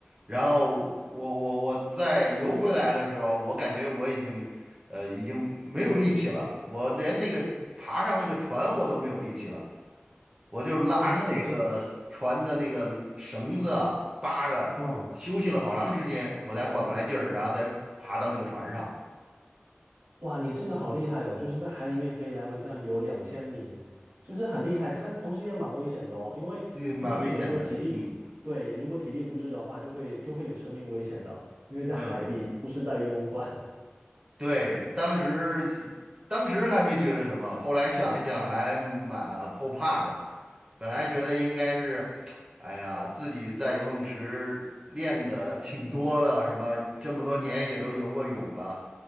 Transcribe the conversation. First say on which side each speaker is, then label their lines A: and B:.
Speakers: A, on the right; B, on the right.
A: 然后我我我再游回来的时候，我感觉我已经，呃，已经没有力气了，我连那个爬上那个船我都没有力气了，我就拉着那个船的那个绳子啊扒着，
B: 哇，那你这个，嗯
A: 休息了好长时间，我才缓过来劲儿，然后再爬到那个船上，
B: 哇，你这个好厉害哦！就是在海里面可以来回这样游两千米，就是很厉害，但同时也蛮危险的哦。因为因为如果说体力，
A: 嗯，蛮危险的，嗯
B: 对，如果体力不支的话，就会就会有生命危险的。因为在海里，
A: 嗯。
B: 不是在游泳馆，
A: 对，当时当时还没觉得什么，后来想一想还蛮后怕的。本来觉得应该是，哎呀，自己在游泳池练的挺多的，是吧？这么多年也都游过泳了，